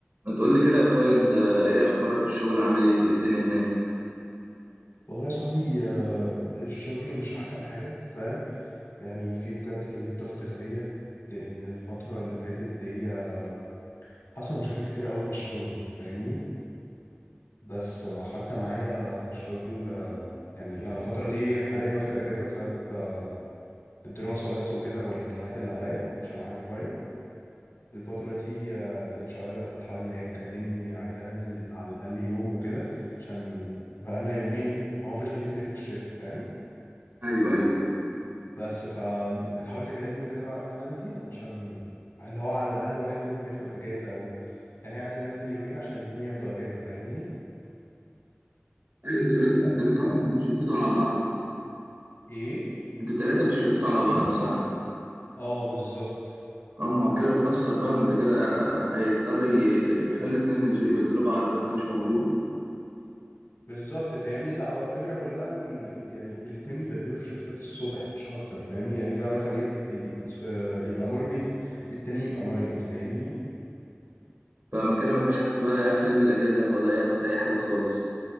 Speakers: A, on the right; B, on the left.
A: ما تقول لي كده يا اخويا انت ايه اخبارك في الشغل عامل ايه إيه الدنيا هناك
B: والله يا صاحبي آه، الشغل مش احسن حاجة فاهم يعني في بجد كمية ضغط غبية لان الفترة اللي فاتت دي آه، حصل مشاكل كتير قوي في الشغل فاهمني بس آه، حتى معايا في الشغل آه، يعني انا الفترة دي حاليا واخد اجازة بسبب آه، الدراسة بس وكده والامتحانات اللي عليا عشان عندي فاينل الفترة دي الاتش ار بتحاول ان هي تكلمني عايزاني انزل على الاقل يوم وكده عشان بقالنا يومين هو مفيش غير اتنين في الشيفت فاهم
A: ايوه ايوه
B: بس فبتحاول تكلمني وكده بقى ان انا انزل عشان اللي هو على الاقل واحد منهم ياخد اجازه او يعني هي عايزه ننزل يومين عشان الاتنين ياخدوا اجازه فاهمني
A: ايوه انتوا دلوقتي
B: بس
A: انتوا التلاته
B: ف
A: اصلا بتشفتوا على بعض
B: ايه
A: انتوا التلاته بتشفتوا على بعض صح
B: اه بالظبط
A: اه ما هو كده بتأثر بقى ما انت كده هيضطر ي- يخلي الاتنين ينزلوا يبدلوا بعض لو انت مش موجود
B: بالظبط فاهمني لا هو الفكره كلها ان يعني الاتنين بيبدلوا في شيفتات الصبح مش اكتر فاهمني يعني ده مثلا يفت... ي- س- يبقى مورنينج التاني يبقى نايت فاهمني
A: فما كده ما فيش حد بقى يعرف ينزل اجازه ولا ياخد اي حاجه خالص